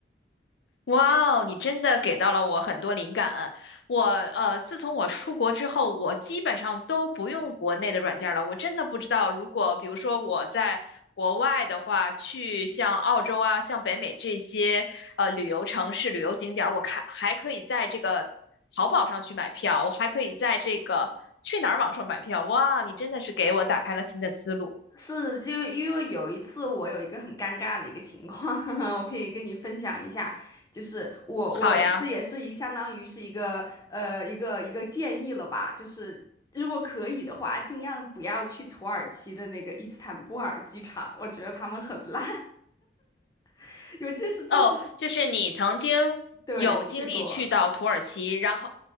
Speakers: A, on the left; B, on the left.
A: 哇哦，你真的给到了我很多灵感啊。我呃，自从我出国之后，我基本上都不用国内的软件了。我真的不知道，如果比如说我在国外的话，去像澳洲啊、像北美这些呃旅游城市、旅游景点儿，我看还可以在这个淘宝上去买票，我还可以在这个去哪儿网上买票。哇，你真的是给我打开了新的思路。
B: 是，就因为有一次我有一个很尴尬的一个情况，<laughs> 我可以跟你分享一下。就是我我这也是一相当于是一个呃一个一个建议了吧，
A: 好呀。
B: 就是如果可以的话，尽量不要去土耳其的那个伊斯坦布尔机场，我觉得他们很烂，<laughs> 尤其是这是
A: 哦，就是你曾经有经历去到土耳其，
B: 对去过。
A: 然后